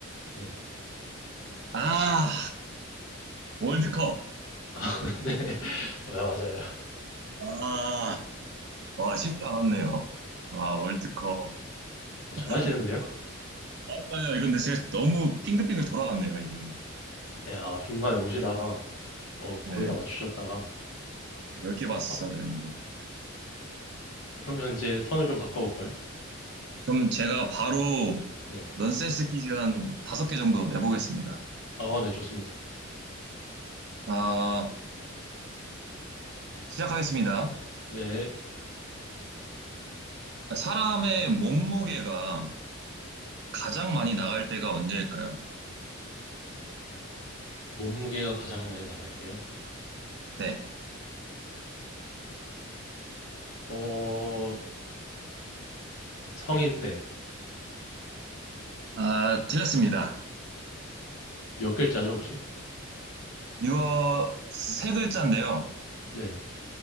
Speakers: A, on the left (about 80°); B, on the right (about 55°).
A: 네.
B: 아, 월드컵.
A: <laughs> 네, <laughs> 맞아요.
B: 아, 와, 쉽지 않았네요. 아, 월드컵.
A: 어, 잘하시는데요?
B: <laughs> 아니요, 아니요. 이건데 제가 너무 빙글빙글 돌아갔네요, 이게.
A: 네, 아, 중간에 오시다가, 어,
B: 네.
A: 거의 다 맞추셨다가,
B: 몇 개 봤었어야
A: 어,
B: 되는데.
A: 그러면 이제 턴을 좀 바꿔볼까요?
B: 그럼 제가 바로
A: 네.
B: 넌센스 퀴즈 한 다섯 개 정도 내보겠습니다.
A: 아, 네, 좋습니다.
B: 아, 시작하겠습니다.
A: 네,
B: 사람의 몸무게가 가장 많이 나갈 때가 언제일까요?
A: 몸무게가 가장 많이 나갈 때요.
B: 네.
A: 어, 성인 때.
B: 아, 틀렸습니다.
A: 몇 글자죠, 혹시?
B: 이거 세 글자인데요.
A: 네,